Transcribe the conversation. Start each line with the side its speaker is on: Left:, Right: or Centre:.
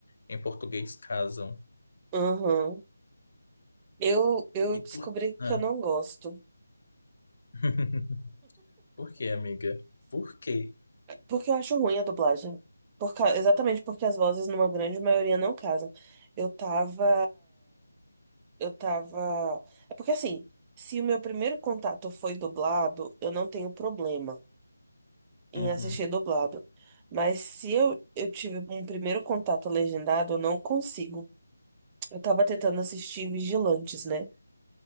Left: em português, casam.
Right: uhum. Eu, eu
Left: E
Right: descobri
Left: por...
Right: que
Left: Ah.
Right: eu não gosto.
Left: <laughs> Por quê, amiga? Por quê?
Right: Porque eu acho ruim a dublagem. Por, ca- exatamente porque as vozes, numa grande maioria, não casam. Eu tava. Eu tava. É porque assim, se o meu primeiro contato foi dublado, eu não tenho problema. em
Left: Uhum.
Right: assistir dublado. Mas se eu, eu tive um primeiro contato legendado, eu não consigo. Eu tava tentando assistir Vigilantes, né?